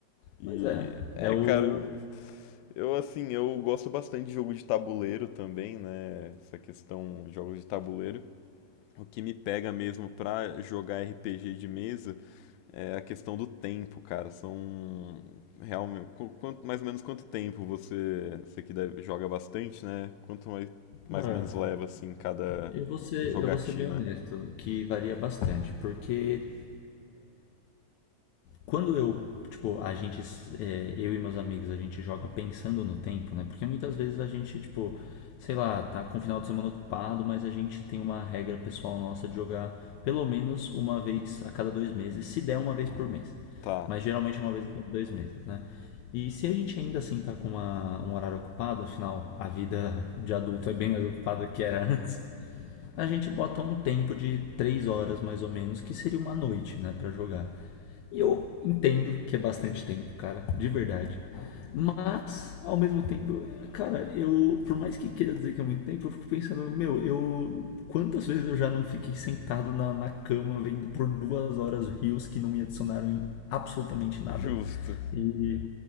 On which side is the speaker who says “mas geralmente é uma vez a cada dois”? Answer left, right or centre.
Left